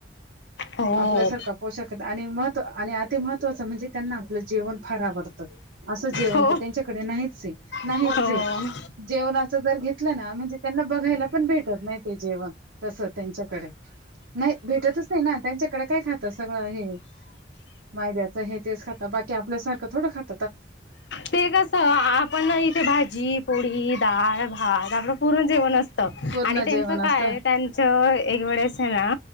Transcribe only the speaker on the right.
<inaudible> आपल्यासारखं पोषकत आणि महत्व आणि अति महत्त्वाचं म्हणजे त्यांना आपलं जेवण फार आवडतं असं जेवण
तर त्यांच्याकडे नाहीच आहे नाहीच
जेवणाच जर घेतलं ना म्हणजे त्यांना बघायला पण भेटत नाही ते जेवण तसं त्यांच्याकडे नाही भेटतच नाही ना त्यांच्याकडे काय खातं सगळं हे मैद्याच हे तेच खातात बाकी आपल्यासारखं थोडं खाता
पूर्ण
जेवण
असतं